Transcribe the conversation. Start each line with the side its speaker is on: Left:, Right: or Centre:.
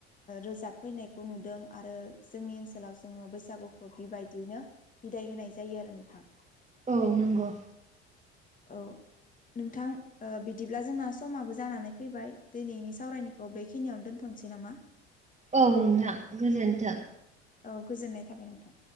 Left: रोजाब फैनाय। खौ नुदों आरो जोंनि ओनसोलाव जोङो बैसागुखौ बिबायदियैनो बिदाय होनाय जायो आरो नोंथां।
Right: औ नंगौ।
Left: औ। नोंथां बिदिब्ला जोंना समाबो जानानै फैबाय दिनैनि सावरायनायखौ बेखिनियावनो दोन्थ'। नोसै आरोना।
Right: औ नोंथां गोजोन्थों।
Left: औ गोजोननाय थाबाय नोंथां।